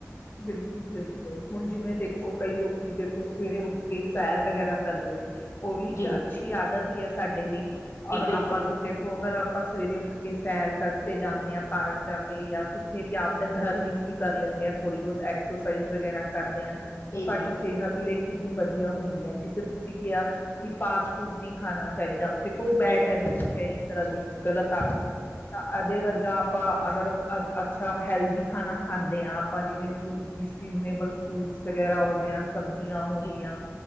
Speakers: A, on the left; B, on the left.
A: ਬਿਲਕੁਲ-ਬਿਲਕੁਲ, ਹੁਣ ਜਿਵੇਂ ਦੇਖੋ ਕਈ ਲੋਕੀ ਦੇਖੋ ਸਵੇਰੇ ਉੱਠ ਕੇ, ਸੈਰ ਵਗੈਰਾ। ਕਰਦੇ ਨੇ ਉਹ ਵੀ ਇੱਕ
B: ਜੀ
A: ਅੱਛੀ ਆਦਤ ਹੀ ਸਾਡੇ ਲਈ
B: ਜੀ
A: ਔਰ
B: ਬਿਲਕੁਲ
A: ਆਪਾਂ ਨੂੰ ਦੇਖੋ ਅਗਰ ਆਪਾਂ, ਸਵੇਰੇ ਉੱਠ ਕੇ ਸੈਰ ਕਰਦੇ ਜਾਂਦੇ ਹਾਂ, ਪਾਰਕ ਜਾ ਕੇ, ਜਾਂ ਕਿਥੇ ਵੀ ਆਪਦੇ ਘਰ ਵਿੱਚ, ਵੀ ਕਰ ਲੈਂਦੇ ਹਾਂ ਥੋੜ੍ਹੀ ਬਹੁਤ ਐਕਸਰਸਾਈਜ਼ ਵਗੈਰਾ ਕਰਦੇ ਹਾਂ।
B: ਜੀ
A: ਉਹ ਸਾਡੀ
B: ਜੀ
A: ਸਿਹਤ ਲਈ ਕਿੰਨੀ ਵਧੀਆ ਹੁੰਦੀ ਹੈ, ਜਿਸੇ ਤੁਸੀਂ ਕਿਹਾ ਕਿ ਫਾਸਟ ਫੂਡ ਨਹੀਂ ਖਾਣਾ ਚਾਹੀਦਾ, ਦੇਖੋ ਬੈਡ
B: ਜੀ
A: ਹੈਬਿਟ, ਹੈ ਇੱਕ ਤਰ੍ਹਾਂ ਦੀ, ਗ਼ਲਤ ਆਦਤ ਹੈ। ਤਾਂ ਇਹਦੇ ਵਰਗਾ ਆਪਾਂ ਅਗਰ ਅ ਅੱਛਾ ਹੈਲਦੀ ਖਾਣਾ ਖਾਂਦੇ ਹਾਂ ਆਪਾਂ ਜਿਵੇਂ ਫਰੂਟ। ਜ ਸੀਜ਼ਨੇਬਲ ਫਰੂਟਸ ਵਗੈਰਾ ਹੋ ਗਿਆ ਸਬਜ਼ੀਆਂ ਹੋ
B: ਜੀ
A: ਗਈਆਂ